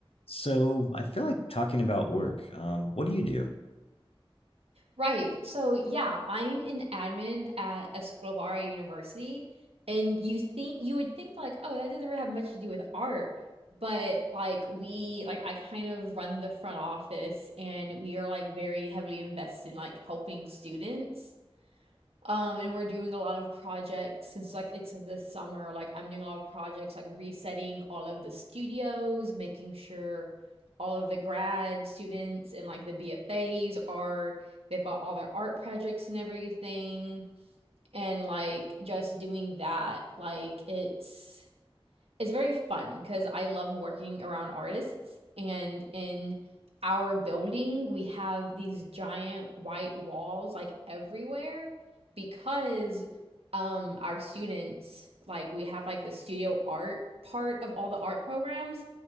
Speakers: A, on the left (about 75°); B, on the right (about 80°).
A: So I feel like talking about work. Um, what do you do?
B: Right. So, yeah, I'm an admin at Escobar University, and you think you would think like, oh, that doesn't really have much to do with art, but like we like I kind of run the front office and we are like very heavily invested in like helping students. Um, and we're doing a lot of projects since like it's this summer. Like I'm doing a lot of projects, like resetting all of the studios, making sure all of the grad students and like the BFAs are they've got all their art projects and everything. And like just doing that, like it's it's very fun because I love working around artists. And in our building, we have these giant white walls like everywhere because um our students like we have like the studio art part of all the art programs.